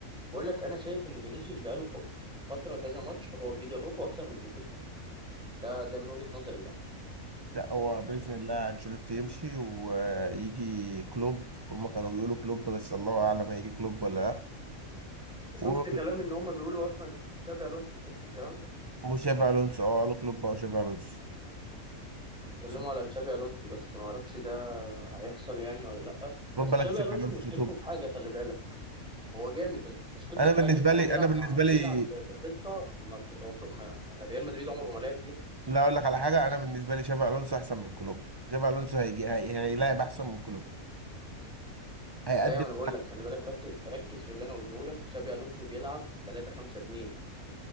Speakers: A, in the centre; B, on the right.
A: بقول لك أنا شايف إن فينيسيوس بقاله ف- فترة كذا ماتش هو بيضركوا أكتر من بيفيدكوا ده ده من وجهة نظري يعني
B: لا هو بإذن
A: يعني
B: الله أنشيلوتي يمشي ويجي كلوب هما كانوا بيقولوا كلوب بس الله أعلم هيجي كلوب ولا لأ
A: شفت
B: و-
A: كلام إن هما بيقولوا أصلا تشابي ألونسو شفت الكلام ده؟
B: وشافي ألونسو أه قالوا كلوب أو شافي ألونسو
A: بيتكلموا
B: بس
A: على تشابي ألونسو بس معرفش ده هيحصل يعني ولا لأ
B: خد
A: بس
B: بالك
A: تشابي
B: شافي
A: ألونسو
B: ألونسو
A: مشكلته
B: توب
A: في حاجة خلي بالك هو جامد بس مشكلته
B: أنا
A: في
B: بالنسبة
A: حاجة إن هو
B: لي
A: بيلعب
B: أنا بالنسبة
A: مع بيلعب
B: لي
A: بخطة ما بتتوافق ما ريال مدريد عمره ما لعب بيها
B: لا أقول لك على حاجة أنا بالنسبة لي شافي ألونسو أحسن من كلوب شافي ألونسو هيجي هي... هيلاعب أحسن من كلوب هيقدم
A: بس ايوه ما انا بقول
B: لك
A: لك خلي بالك ركز ركز في اللي انا قلته لك شابي الونسو بيلعب 3 5 2